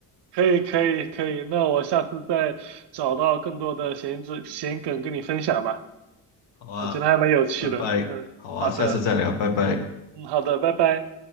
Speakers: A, on the right (about 60°); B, on the left (about 70°).
A: 可以可以可以，那我下次再找到更多的闲子闲梗跟你分享吧，
B: 好啊，
A: 我觉得还蛮有趣的。
B: 拜拜。
A: 嗯，
B: 好啊，
A: 好的，
B: 下次再聊，拜拜。
A: 嗯，好的，拜拜。